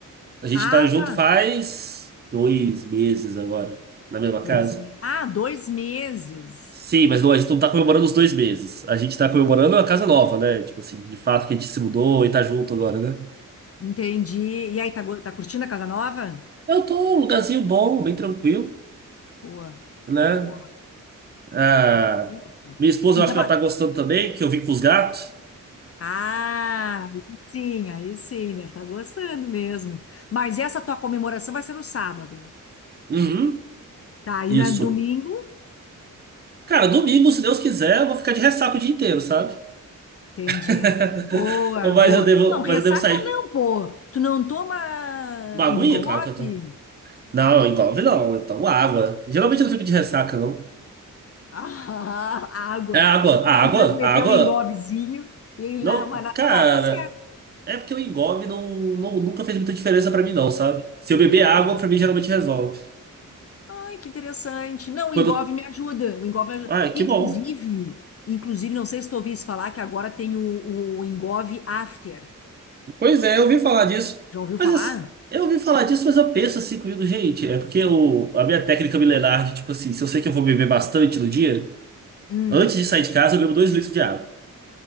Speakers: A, on the right; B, on the left.
A: A gente
B: Ah,
A: tá junto
B: tá.
A: faz dois meses agora, na mesma
B: Dois
A: casa.
B: meses. Ah, dois meses.
A: Sim, mas não, a gente não tá comemorando os dois meses. A gente tá comemorando a casa nova, né? Tipo assim, de fato que a gente se mudou e tá junto agora, né?
B: Entendi. E aí, tá, go- tá curtindo a casa nova?
A: Eu tô num lugarzinho bom, bem tranquilo,
B: Boa,
A: né?
B: boa.
A: Ah,
B: Ah, bacana, pô.
A: minha esposa,
B: E
A: eu acho
B: tava...
A: que ela tá gostando também, que eu vim com os gatos.
B: Ah, aí sim, aí sim, deve estar gostando mesmo. Mas essa tua comemoração vai ser no sábado.
A: Uhum,
B: Tá, e
A: isso.
B: na domingo?
A: Cara, domingo, se Deus quiser, eu vou ficar de ressaca o dia inteiro, sabe?
B: Entendi.
A: <laughs>
B: é. Boa,
A: Mas
B: boa.
A: eu devo,
B: Não, ressaca
A: mas eu devo sair
B: não,
A: com
B: pô. Tu não toma
A: uma aguinha,
B: engove?
A: claro que eu tô. Não, engolve não, eu tomo água. Geralmente eu não fico de ressaca, não.
B: Ah, <laughs> água.
A: É água,
B: Eu tentando
A: a água,
B: meter
A: a água.
B: um engovezinho e
A: Não,
B: lá, mas natural,
A: cara,
B: tá certo.
A: é porque o engolve não, não, nunca fez muita diferença pra mim, não, sabe? Se eu beber água,
B: É mesmo.
A: pra mim geralmente resolve.
B: Ai, que interessante. Não, o
A: Quando.
B: engove me ajuda. O engove me ajuda.
A: Ah, que
B: Inclusive,
A: bom.
B: inclusive, não sei se tu ouviste falar que agora tem o, o engove after.
A: Pois é, eu ouvi falar disso.
B: Já ouviu
A: Mas
B: falar?
A: assim, eu ouvi falar disso, mas eu penso assim comigo, gente. É porque o, a minha técnica milenar de, tipo assim, se eu sei que eu vou beber bastante no dia.
B: Hum,
A: Antes de sair de casa, eu bebo dois litros de água.